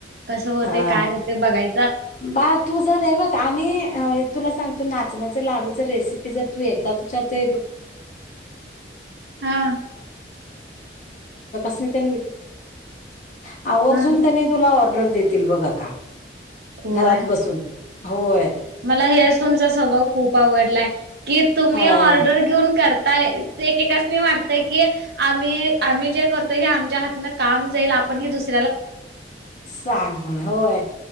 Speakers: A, on the right (about 65°); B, on the left (about 45°).
A: कस होते
B: हा
A: काय होते बघाय
B: बा तू जर आहे बघ आणि तुला सांगतो नाचण्याचे लाडू त त बर् श विचून
A: हा
B: सित आवर्ून
A: हा
B: त्यांनी तु ऑर्डर देतील बघा का
A: होय.
B: घरात बसून होय
A: मला हे तुमचा स्वभाव खूप आवडलाय की तुम्ही
B: अ
A: ऑर्डर घेऊन करताय ते एकेकासनी वाटतय की आम्ही आम्ही जे करतो हे आ दा नकण त स
B: सांग म्हण होय